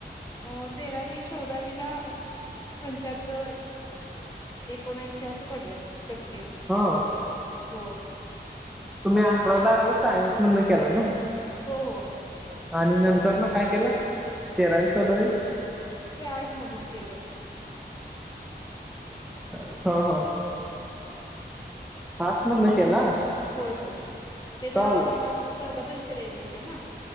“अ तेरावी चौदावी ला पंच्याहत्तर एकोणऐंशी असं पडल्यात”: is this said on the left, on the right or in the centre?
Left